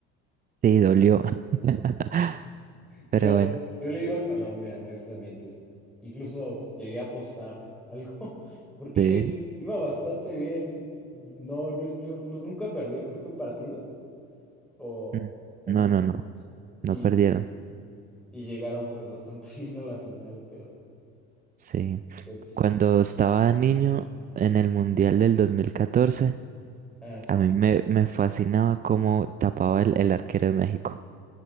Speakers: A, on the right; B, in the centre.
A: sí, dolió. <laughs>
B: Yo,
A: Pero bueno,
B: yo le iba a Colombia, honestamente. Incluso llegué a apostar algo, <laughs> porque
A: sí.
B: iba bastante bien. No, no, no- no- nunca perdió, creo que un partido, o,
A: Mm.
B: o
A: No,
B: mu-
A: no, no,
B: y,
A: no perdieron.
B: y y llegaron pues bastante <laughs> bien a la final, pero
A: Sí.
B: pues,
A: Cuando estaba niño en el Mundial del 2014,
B: así. Ah, sí.
A: A mí me, me fascinaba cómo tapaba el, el arquero de México.